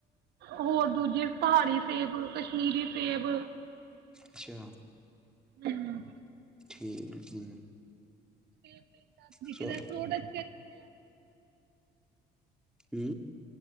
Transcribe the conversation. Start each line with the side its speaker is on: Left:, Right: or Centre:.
Right: ਹੋਰ ਦੂਜੇ ਪਹਾੜੀ ਸੇਬ ਕਸ਼ਮੀਰੀ ਸੇਬ।
Centre: ਅੱਛਾ
Right: ਹੂੰ
Centre: ਠੀਕ ਠੀਕ
Right: ਤੇ ਤਰੀਕੇ
Centre: ਚਲੋ
Right: ਦਾ ਥੋੜਾ <inaudible>
Centre: ਹੂੰ